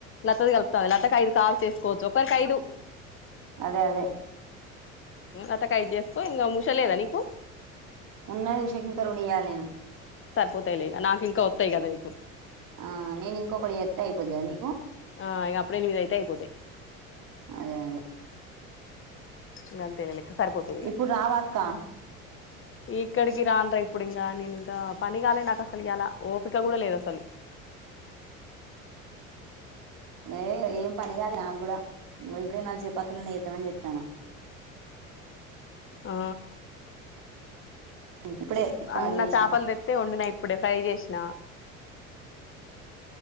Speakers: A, on the left (about 30°); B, on the right (about 50°).
A: లతది కలుతంది లతాకు ఐదు కాల్ చేసుకోవచ్చు ఒకరికి ఐదు
B: అదే అదే
A: అతకాయదు చేసుకో ఇంకా ముషలేదా నీకు
B: ఉన్నాది ఉషకింకా రెండు చేయాలి నేను
A: పోతాయి లే నాకు ఇంకా వస్తాయి కదా నీకు
B: ఆ నేను ఇంకొకటి ఎత్త అయిపోది కదా నీకు
A: ఆ ఇక అప్పుడు ఎనిమిదయితే అయిపోతాయి
B: అదే అదే
A: ఉమ్ అంతేలిలెక్క సరిపోతుందిక
B: ఇప్పుడు రావా అక్క
A: ఇక్కడికి రానరా ఇప్పుడు ఇంకా నేను ఇంకా పని కాలే నాకు అసలు ఇలా ఓపిక కూడా లేదు అసలు
B: ఏ ఏం పని గాలే నా కూడా ఇదనా చేప్పత్రలే చేదం అని జతనా
A: ఆ
B: ఇప్పుడే స్టార్ట్
A: అన్న
B: చేసినా
A: చేపల్ తెత్తే వండిన ఇప్పుడే ఫ్రై జెసిన